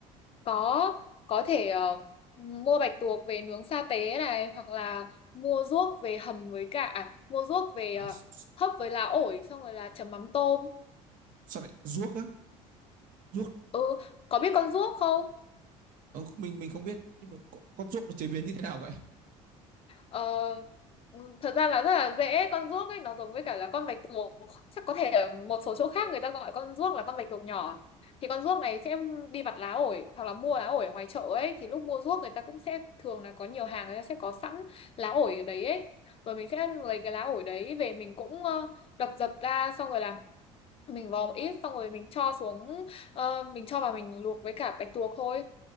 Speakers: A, on the left; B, on the right.
A: có có thể ờ, mua bạch tuộc về nướng sa tế này hoặc là mua ruốc về hầm với cả à, mua ruốc về
B: à,
A: ờ,
B: s-
A: hấp với lá ổi xong rồi là chấm mắm tôm
B: sao lại ruốc á ruốc
A: ừ có biết con ruốc không
B: Ờ, mình mình không biết nhưng mà con, con ruốc nó chế biến như thế nào vậy
A: Ờ, ừ, thật ra là rất là dễ con ruốc ấy nó giống với cả là con bạch tuộc chắc có thể ở một số chỗ khác người ta gọi con ruốc là con bạch tuộc nhỏ thì con ruốc này sẽ đi vặt lá ổi hoặc là mua lá ổi ở ngoài chợ ấy thì lúc mua ruốc người ta cũng sẽ thường là có nhiều hàng người ta sẽ có sẵn lá ổi ở đấy ấy rồi mình sẽ lấy cái lá ổi đấy về mình cũng ờ, đập dập ra xong rồi là mình vò một ít xong rồi mình cho xuống ờ, mình cho vào mình luộc với cả bạch tuộc thôi